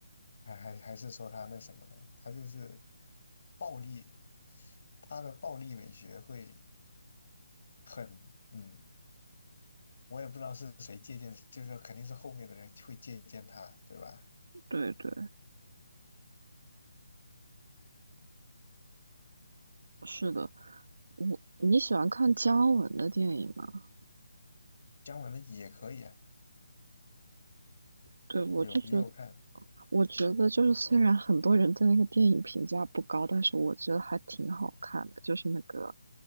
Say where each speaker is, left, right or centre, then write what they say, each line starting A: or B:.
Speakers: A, on the left; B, on the right.
A: 还还还是说他那什么的？他就是暴力，他的暴力美学会很，嗯，我也不知道是谁借鉴，就是肯定是后面的人会借鉴他，对吧？
B: 对，对，是的。我你喜欢看姜文的电影吗？
A: 姜文的也可以啊，
B: 对，我就觉得，
A: 有也有看
B: 我觉得就是虽然很多人对那个电影评价不高，但是我觉得还挺好看的，就是那个